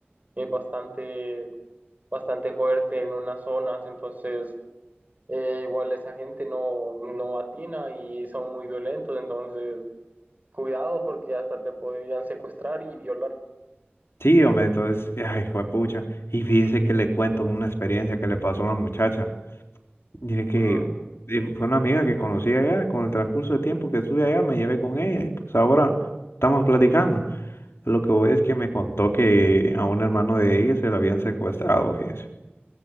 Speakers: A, on the right; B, on the left.
A: es bastante, bastante fuerte en unas zonas, entonces eh, igual esa gente no, no atina y son muy violentos, entonces cuidado porque hasta te podrían secuestrar y violar.
B: Sí, hombre, entonces, ay, juepucha. Y fíjese que le cuento una experiencia que le pasó a una muchacha. Dije que
A: Mm,
B: eh, fue una amiga que conocí allá, con el transcurso de tiempo que estuve allá, me llevé con ella y pues ahora estamos platicando. Lo que voy es que me contó que a un hermano de ella se lo habían secuestrado, fíjese.